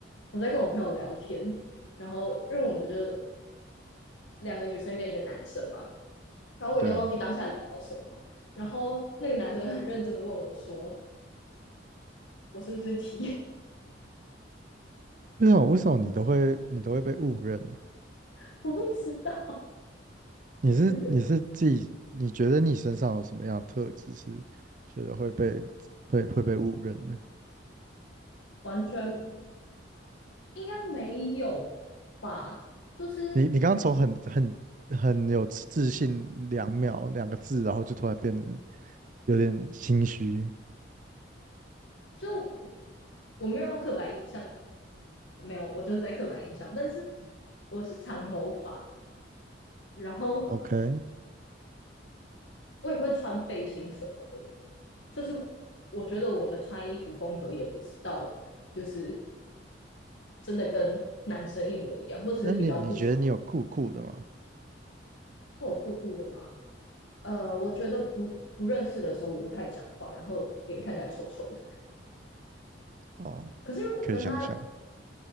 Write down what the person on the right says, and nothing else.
对啊，
为什么为什么你都会你都会被误认呢？
你是你是自己，
你觉得你身上有什么样的特质是觉得会被会会被误认呢？
你你刚刚从很很很有自信两秒两个字，然后就突然变得有点心虚。
OK，
那你你觉得你有酷酷的吗？
哦，
可以想象，